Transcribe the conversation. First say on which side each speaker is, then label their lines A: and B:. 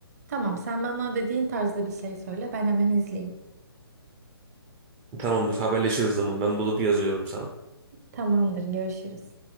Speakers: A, on the right; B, on the right.
A: Tamam sen bana dediğin tarzda bir şey söyle ben hemen izleyeyim.
B: Tamamdır haberleşiriz zaman. Ben bulup yazıyorum sana.
A: Tamamdır görüşürüz.